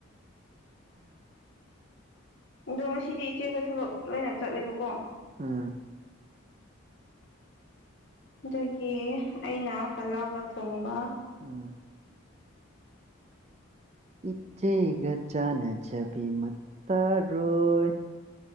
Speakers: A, on the left; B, on the right.
A: ꯑꯗꯣ ꯉꯁꯤꯗꯤ ꯏꯆꯦꯄ ꯊꯕꯛ ꯂꯣꯏꯅ ꯆꯠꯂꯦꯕꯀꯣ
B: ꯎꯝ
A: ꯑꯗꯨꯒꯤ ꯑꯩꯅ ꯍꯜꯂꯛꯑꯒ ꯊꯣꯡꯕ
B: ꯎꯝ ꯏꯆꯦꯒꯖ ꯅꯖꯕꯤ ꯃꯠꯇ ꯔꯣꯏ